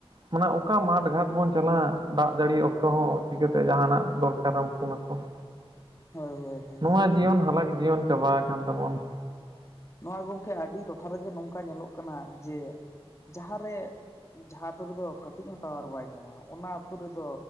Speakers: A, on the right; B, on the left.
A: ᱢᱟᱱᱮ ᱚᱠᱟ ᱢᱟᱴᱷ ᱜᱷᱟᱴ ᱵᱚᱱ ᱪᱟᱞᱟᱜᱼᱟ, ᱫᱟᱜ ᱡᱟᱹᱲᱤ ᱚᱠᱛᱚ ᱦᱚᱸ ᱪᱤᱠᱟᱹᱛᱮ ᱡᱟᱦᱟᱱᱟᱜ ᱫᱚᱨᱠᱟᱨᱮᱢ ᱯᱷᱳᱱ ᱟᱠᱚ ᱾
B: ᱦᱳᱭ ᱦᱳᱭ
A: ᱱᱚᱣᱟ
B: ᱜᱚᱢᱠᱮ
A: ᱡᱤᱭᱚᱱ ᱦᱟᱞᱟᱠ ᱡᱤᱭᱚᱱ ᱪᱟᱵᱟ ᱟᱠᱟᱱ ᱛᱟᱵᱚᱱ ᱾
B: ᱱᱚᱣᱟ ᱜᱚᱢᱠᱮ ᱟᱹᱰᱤ ᱴᱚᱴᱷᱟ ᱨᱮᱜᱮ ᱱᱚᱝᱠᱟ ᱧᱮᱞᱚᱜ ᱠᱟᱱᱟ ᱾ ᱡᱮ ᱡᱟᱸᱦᱟ ᱨᱮ ᱡᱟᱸᱦᱟᱸ ᱟᱛᱩ ᱨᱮᱫᱚ ᱠᱟᱹᱴᱤᱡ ᱦᱚᱸ ᱴᱟᱣᱟᱨ ᱵᱟᱭ ᱧᱟᱢᱟ ᱚᱱᱟ ᱟᱹᱛᱩ ᱨᱮᱫᱚ